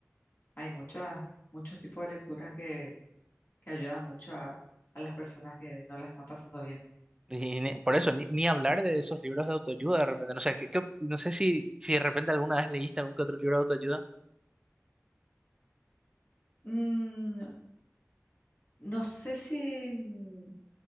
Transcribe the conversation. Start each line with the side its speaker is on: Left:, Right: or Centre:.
Left: Hay muchas, muchos tipos de lecturas que, que ayudan mucho a a las personas que no la están pasando bien.
Right: Y ni- por eso, ni, ni hablar de esos libros de autoayuda de repente. No sé, ¿qué- qué op- no sé si, si de repente alguna vez leíste algún que otro libro de autoayuda.
Left: Mm, no sé si mm,